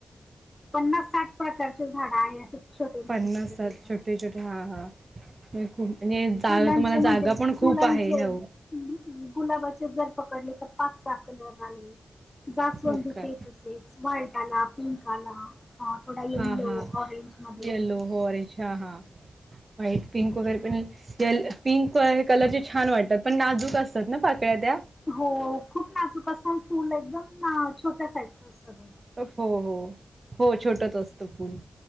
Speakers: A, on the left; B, on the right.
A: पन्नास साठ प्रकारचे झाड आहे असे छोटे मोठे
B: पन्नास
A: पकडले
B: सात
A: ता
B: छोटे छोटे हा हा खूप म्हणजे
A: फुलांचे
B: आणि तुम्हाला
A: म्हणजे
B: जागा पण खूप
A: फुलांचे
B: आहे हो
A: गुलाबाचे जर पकडले तर पाच सहा कलर आले जास्वंदीचे
B: हो का
A: तस व्हाईट आला पिंक आला थोडा यलो
B: हा हा
A: ऑरेंज मध्ये
B: येल्लो हो अरेछा हा व्हाईट पिंक वगैरे पण ल पिंक हे कलरचे छान वाटतात पण नाजूक असतात ना पाकळ्या त्या
A: हो खूप नाजूक असत आणि फूल एकदम छोट्या साईजच असत
B: हो हो हो छोटच असत फूल